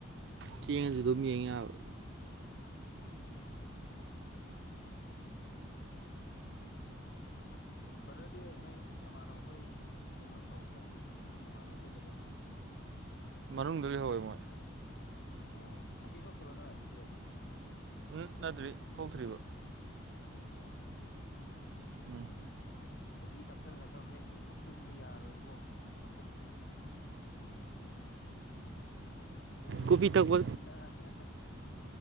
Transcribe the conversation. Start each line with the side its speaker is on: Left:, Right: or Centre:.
Right: ꯊꯦꯡꯉꯥꯖꯨ ꯑꯗꯨꯝ ꯌꯦꯡ ꯌꯥꯕ
Left: ꯕ꯭ꯔꯗꯔꯒꯤ ꯅꯣꯏ ꯅꯃꯥꯟꯅꯕꯈꯣꯏ ꯀꯩꯅꯣ ꯇꯧꯗ꯭ꯔꯣ ꯍꯧꯖꯤꯛꯇꯤ ꯅꯃꯥꯟꯅꯕꯈꯣꯏꯗ ꯂꯩꯇ꯭ꯔꯣ
Right: ꯃꯅꯨꯡꯗ ꯂꯩꯍꯧꯋꯦ ꯃꯣꯏ
Left: ꯑꯣ ꯀꯣꯐꯤ ꯁꯣꯞꯇꯨꯔꯣ ꯅꯣꯏ ꯍꯧꯖꯤꯛ
Right: ꯎꯝ ꯅꯠꯗ꯭ꯔꯤ ꯊꯣꯛꯇ꯭ꯔꯤꯕ
Left: ꯑꯣ ꯑꯆꯥ-ꯑꯆꯥ
Right: ꯎꯝ
Left: ꯀꯣꯐꯤ ꯊꯛꯆꯜꯂꯒ ꯍꯣꯔꯦꯟ ꯃꯨꯛ ꯇꯨꯝꯕ ꯌꯥꯔꯣꯏꯕꯣ ꯍꯨꯡ-ꯍꯨꯡ ꯐꯨꯜꯗ
Right: ꯀꯣꯐꯤ
Left: ꯃꯨꯛ
Right: ꯊꯛꯄ
Left: ꯌꯦꯡꯁꯤꯟꯗ ꯑꯍꯥ-ꯍꯥ